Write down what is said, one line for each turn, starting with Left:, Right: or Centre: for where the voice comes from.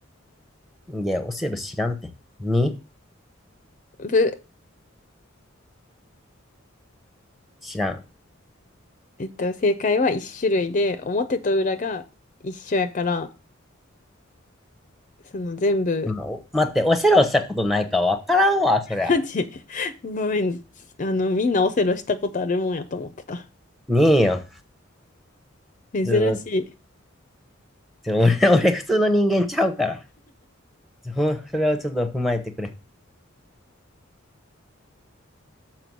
Centre: いや、オセロ知らんて。に
Left: うぶ、
Centre: 知らん。
Left: えっと、正解は1種類で、表と裏が一緒やから、その全部、
Centre: 今お待って、オセロしたことないかわからんわ、そりゃ。
Left: <laughs> マジごめん。あの、みんなオセロしたことあるもんやと思ってた。
Centre: ねえよ。
Left: 珍しい。
Centre: ちょっと、ちょ俺、俺普通の人間ちゃうから。ほそれをちょっと踏まえてくれ。